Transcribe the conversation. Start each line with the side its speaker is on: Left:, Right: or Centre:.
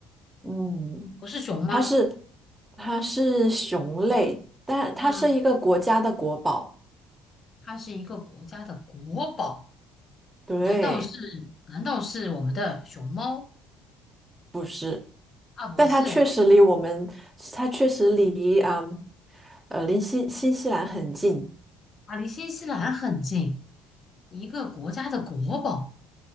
Right: 嗯，
Left: 不是熊吗？
Right: 它是它是熊类，但它是一个国家的国宝，
Left: 嗯，它是一个国家的国宝，
Right: 对，
Left: 难道是难道是我们的熊猫
Right: 是，
Left: 啊？不是，
Right: 但它确实离我们，它确实离嗯，呃，离新新西兰很近。
Left: 啊，离新西兰很近，一个国家的国宝，